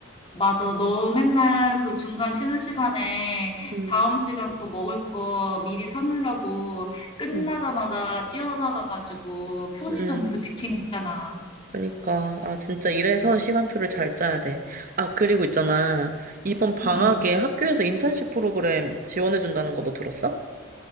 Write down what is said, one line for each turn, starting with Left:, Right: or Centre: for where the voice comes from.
Left: 맞아. 너 맨날 그 중간 쉬는 시간에
Right: 음,
Left: 다음 시간 거 먹을 거 미리 사놓으려고 끝나자마자
Right: 음,
Left: 뛰어나가가지고 편의점으로
Right: 음.
Left: <laughs> 직행했잖아.
Right: 그러니까. 아, 진짜 이래서 시간표를 잘 짜야 돼. 아, 그리고 있잖아. 이번 방학에
Left: 응응.
Right: 학교에서 인턴십 프로그램 지원해준다는 거 너 들었어?